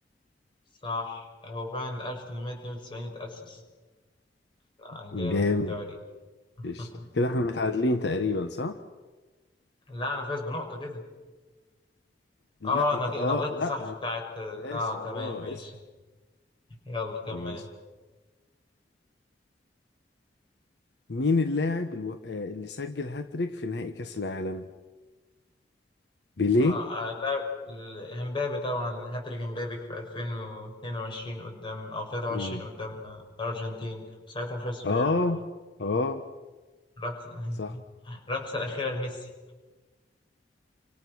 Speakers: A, on the left (about 30°); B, on the left (about 70°).
A: صح هو فعلا 1892 اتأسس آه، جامد
B: جامد
A: في التواريخ <laughs>
B: قشطة كده احنا متعادلين تقريبا صح؟
A: لا انا فايز بنقطة كده
B: لا
A: اه انا
B: انت
A: انا
B: اه
A: غلطت
B: لا
A: صح في
B: انت
A: بتاعت اه
B: ماشي
A: تمام
B: اه
A: ماشي
B: اسحب
A: يلا كمل
B: ماشي
A: انت
B: مين اللاعب الو... آه، اللي سجل هاتريك في نهائي كأس العالم؟ بيليه؟
A: اه آه، لا ال- امبابي طبعا هاتريك امبابي في 2022 قدام او 23
B: مم.
A: قدام آه، الارجنتين ساعتها خسروا
B: اه
A: يعني
B: اه
A: الرقصة <laughs>
B: صح
A: الرقصة الأخيرة لميسي